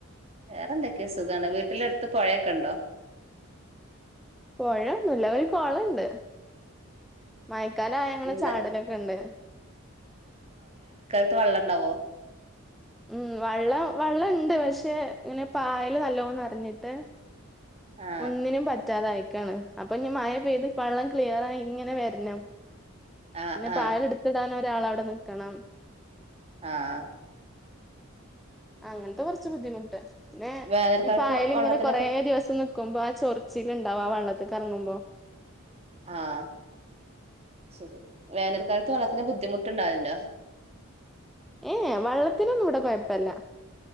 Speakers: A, on the right; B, in the centre.
A: വേറെന്തൊക്കെ സുഖാണ് വീട്ടില എടുത്ത് പുഴയൊക്കെ ഉണ്ടോ
B: പൊഴ ഒന്നുല്ല ഒരു കൊളണ്ട് മയക്കാല ആ ഞങ്ങള്
A: എന്താ
B: ചാടലൊക്കെണ്ട്
A: ത് വെള്ളണ്ടാവോ
B: ഉം വള്ളം വെള്ളണ്ട് പക്ഷെ ഇങ്ങനെ പായൽ നല്ലോം നറഞ്ഞിട്ട്
A: ആ
B: ഒന്നിനും പറ്റ് പറ്റാതെ ആയിക്കാണ് അപ്പൊഞ് മയ പെയ്ത് വെള്ളം ക്ലിയർ ആയി ഇങ്ങനെ വെര്നം
A: ആ
B: പിന്നെ
A: ആ
B: പായൽ എടുത്തിടാനോ രാളവിടെ നിക്കണം
A: ആഹ്
B: അങ്ങനത്തെ കുറച്ച് ബുദ്ധിമുട്ട് പിന്നെ
A: വേനൽക്കാലത്ത്
B: ഇപ്പ അയല്
A: വെള്ളത്തിനൊക്കെ
B: ഇങ്ങനെ കൊറ ദിവസം ക്കുമ്പോ ആ ചൊറിച്ചിലിണ്ടാവും ആ വെള്ളത്തിക്കിറങ്ങുമ്പോ
A: ആഹ് ശരി വേനൽക്കാല വെള്ളത്തിന് ബുദ്ധിമുട്ടുണ്ടാവലുണ്ടോ
B: ഏ വള്ളത്തിനൊന്നും ഇവിടെ കുഴപ്പില്ല